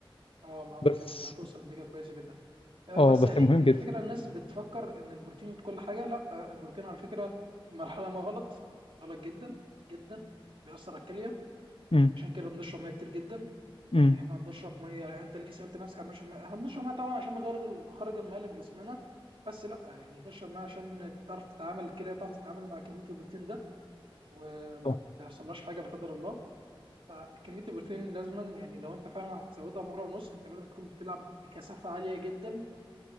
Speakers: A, on the right (about 70°); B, on the left (about 80°).
A: اه معقول
B: بس
A: جدا هتوصل لنتيجه كويسه جدا آه
B: اه
A: بس
B: بس
A: يعني
B: مهم
A: الفكره
B: جدا
A: الناس بتفكر ان البروتين كل حاجه لا آه البروتين على فكره المرحله ما غلط غلط جدا جدا بيأثر على الكليه
B: مم.
A: عشان كده بنشرب ميه كتير جدا
B: مم.
A: يعني احنا بنشرب ميه انت ليه سالت نفسك عن نشرب ميه احنا بنشرب ميه طبعا عشان نغير نخرج الميه اللي في جسمنا بس لا يعني بنشرب ميه عشان تعرف تتعامل الكليه تعرف تتعامل مع كميه البروتين ده وما
B: صح.
A: تحصلهاش حاجه لا قدر الله فكميه البروتين لازما يعني لو انت فعلا هتزودها مره ونص انت لازم تكون بتلعب بكثافه عاليه جدا